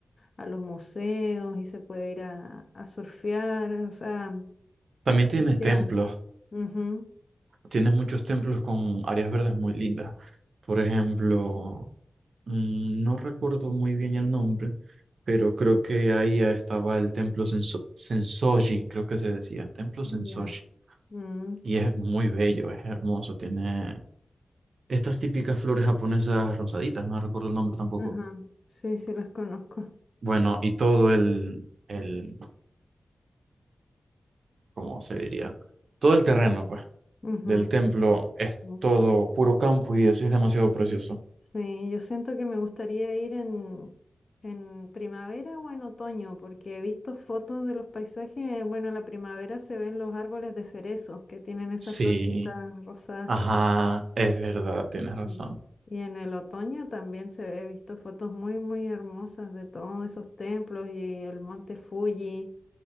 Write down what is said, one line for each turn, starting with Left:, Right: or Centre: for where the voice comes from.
Left: a los museos y se puede ir a, a surfear. O sea,
Right: También tienes
Left: ya.
Right: templos.
Left: Ujú,
Right: Tienes muchos templos con áreas verdes muy lindas. Por ejemplo, mm, no recuerdo muy bien el nombre, pero creo que ahí estaba el templo Senso- Sensoji, creo que se decía, templo Sensoji.
Left: Ya. Mm,
Right: Y es muy bello, es hermoso, tiene estas típicas flores japonesas rosaditas, no recuerdo el nombre tampoco.
Left: Ajá. Sí, sí las conozco.
Right: Bueno, y todo el, el, ¿cómo se diría? Todo el terreno, pues.
Left: Ujú,
Right: del templo es
Left: sí.
Right: todo puro campo y eso es demasiado precioso.
Left: Sí, yo siento que me gustaría ir en, en primavera o en otoño, porque he visto fotos de los paisajes. Bueno, en la primavera se ven los árboles de cerezos que tienen esas
Right: Sí,
Left: florcitas rosadas
Right: ajá,
Left: que...
Right: es verdad, tienes razón.
Left: Mm. Y en el otoño también se he visto fotos muy, muy hermosas de todos esos templos y el monte Fuji.